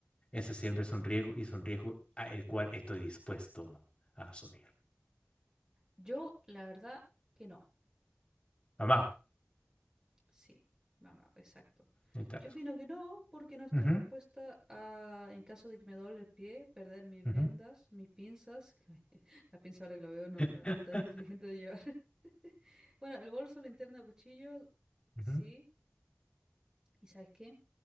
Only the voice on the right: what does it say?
Yo, la verdad, que no.
Sí, mamá, exacto.
Yo opino que no, porque no estoy
dispuesta a, en caso de que me doble el pie, perder mis
vendas, mis pinzas. <laughs> que Las pinzas ahora que lo veo no,
no eran tan inteligentes de llevar. <laughs> Bueno, el bolso, linterna, cuchillo, sí.
¿Y sabes qué?